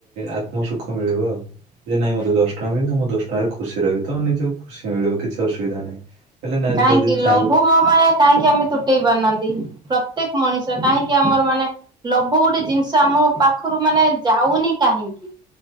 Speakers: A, on the right; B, on the right.
A: ଆତ୍ମ ସୁଖ ମିଳିବ ଆଉ ଯେ ନାଇଁ ମତେ ଦଶ ଟଙ୍କା ମିଳିଲ ମୁଁ ଦଶ ଟଙ୍କାରେ ଖୁସି ରହିବି ତ ନିଜକୁ ଖୁସି ମିଳିବ କିଛି ଅସୁବିଧା ନାହିଁ। ହେଲେ ନା
B: କାହିଁକି
A: ଯଦି ଚାହିଁବ
B: ଲୋଭ ମୋ ୟା କାହିଁକି ଆମେ ତୁଟେଇ ପାରୁନାହାନ୍ତି ପ୍ରତ୍ୟେକ ମଣିଷ କାହିଁକି ଆମର ମାନେ। ଲୋଭ ଗୋଟେ ଜିନିଷ ଆମ ପାଖରୁ ମାନେ ଯାଉନି କାହିଁକି?